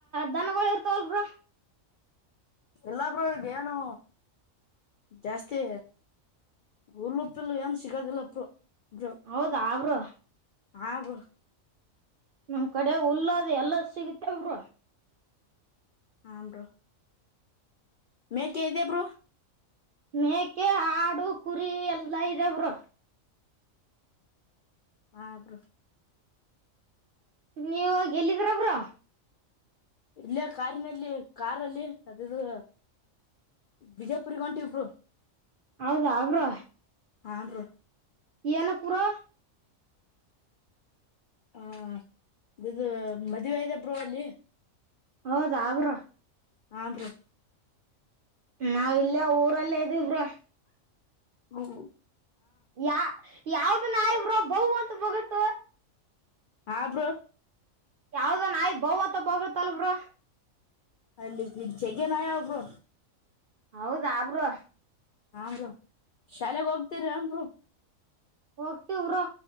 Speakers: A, on the right; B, on the left.
A: ದನಗಳು ಇರ್ತಾವಲ ಬ್ರೋ
B: ಇಲ್ಲಾ ಬ್ರು ಈಗೇನು ಜಾಸ್ತಿ ಉಲ್ಲು ಉಪ್ಪಿಲ್ಲ ಏನ್ ಸಿಗೋದಿಲ್ಲ ಬ್ರು ಬ್ರು
A: ಹೌದಾ ಬ್ರೋ
B: ಹ ಬ್ರು
A: ನಮ್ ಕಡೆ ಉಲ್ಲದೆ ಎಲ್ಲ ಸಿಗತೇ ಬ್ರೋ
B: ಹ ಬ್ರೋ ಮೇಕೆ ಇದ್ಯಾ ಬ್ರದರ್
A: ಮೇಕೆ ಆಡು ಕುರಿ ಎಲ್ಲಾ ಇದೆ ಬ್ರೋ
B: ಹ ಬ್ರೋ
A: ನೀವು ಈಗೆಲ್ಲಿದಿರ ಬ್ರೋ
B: ಇಲ್ಲೇ ಕಾರಿನಲ್ಲಿ ಕಾರಲ್ಲಿ ಅದೆದು ಬಿಜಾಪುರಿಗೆ ಹೊಂಟೀವ್ ಬ್ರು
A: ಹೌದಾ ಬ್ರೋ
B: ಹಾ ಬ್ರು
A: ಏನಕ್ ಬ್ರೋ
B: ಹಾ ಇದೆದು ಮದ್ವೆ ಇದೆ ಬ್ರೋ ಅಲ್ಲಿ
A: ಹೌದ ಬ್ರೋ
B: ಹಾ ಬ್ರೋ
A: ನಾವ್ ಇಲ್ಲೇ ಊರಲ್ಲೇ ಇದಿವ್ ಬ್ರು
B: ಹ್ಮ
A: ಯಾ ಯಾವ್ದ ನಾಯಿ ಬ್ರೋ ಬೌ ಅಂತ ಬೋಗುಳ್ತು
B: ಹಾ ಬ್ರೋ
A: ಯಾವ್ದ ನಾಯಿ ಬೌ ಅಂತ ಬೊಗಳ್ತಲ್ಲ ಬ್ರೋ
B: ಅಲ್ಲಿ ಜ ಜಗ್ಯ ನಾಯಿ ಅವ ಬ್ರೋ
A: ಹೌದ ಬ್ರೋ
B: ಹಾ ಬ್ರು ಶಾಲೆಗ್ ಹೋಗತಿರ ಬ್ರೋ
A: ಹೋಗ್ತಿವ್ ಬ್ರೋ